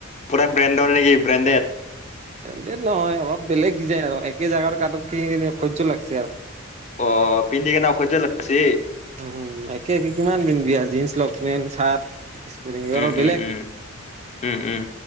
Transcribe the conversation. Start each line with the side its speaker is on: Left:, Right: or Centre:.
Left: পুৰা ব্ৰেণ্ডৰ নেকি ব্ৰেণ্ডেড
Right: ব্ৰেণ্ডেড নহয় অলপ বেলেগ ডিজাইন আৰু একে জেগাৰ কাপোৰ কিনি কিনি অসহ্য লাগছে আৰু
Left: অ পিন্ধি কেনে অসহ্য লাগছে
Right: উ একে কিমান পিন্ধিবি বিয়া জিন্স লগ পেনট চাৰ্ট সাৰ
Left: উম
Right: বেলেগ
Left: উম উম উম উম